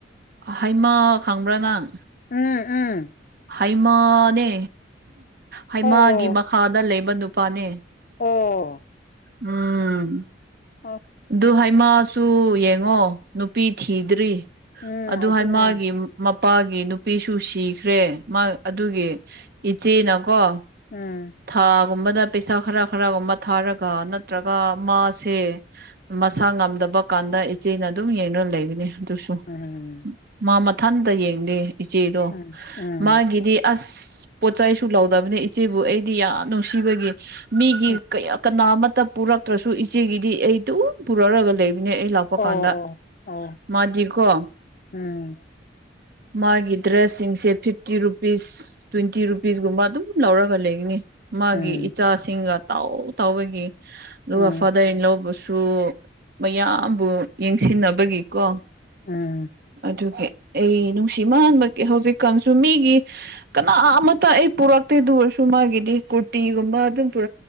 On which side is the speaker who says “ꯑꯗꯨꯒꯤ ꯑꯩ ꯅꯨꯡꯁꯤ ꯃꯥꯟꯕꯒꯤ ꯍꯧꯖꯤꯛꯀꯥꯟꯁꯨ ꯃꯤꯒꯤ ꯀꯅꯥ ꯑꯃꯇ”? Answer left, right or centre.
Right